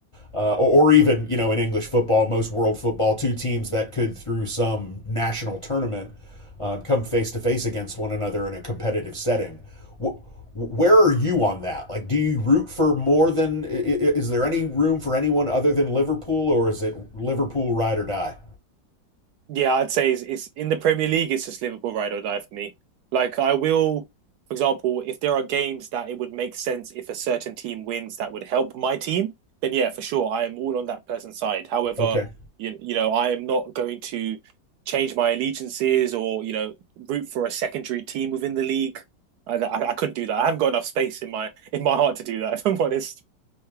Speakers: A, on the left (about 30°); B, on the right (about 70°).
A: uh, or, or even you know in English football, most world football, two teams that could through some national tournament um, come face to face against one another in a competitive setting. Wh- where are you on that? Like, do you root for more than? Is there any room for anyone other than Liverpool, or is it Liverpool ride or die?
B: Yeah, I'd say it's, it's in the Premier League. It's just Liverpool ride or die for me. Like I will, for example, if there are games that it would make sense if a certain team wins that would help my team, then yeah, for sure, I am all on that person's side. However,
A: Okay.
B: you you know, I am not going to change my allegiances or you know root for a secondary team within the league. I, I, I couldn't do that. I haven't got enough space in my in my heart to do that. <laughs> If I'm honest.